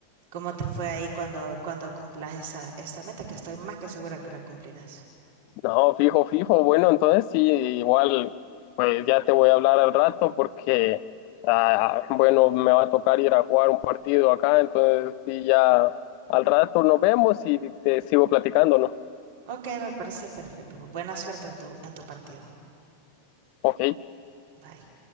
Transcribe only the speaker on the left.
No, fijo, fijo. Bueno, entonces sí, igual, pues ya te voy a hablar al rato porque, ah, bueno, me va a tocar ir a jugar un partido acá, entonces sí, ya al rato nos vemos y te sigo platicando, ¿no?
Ok.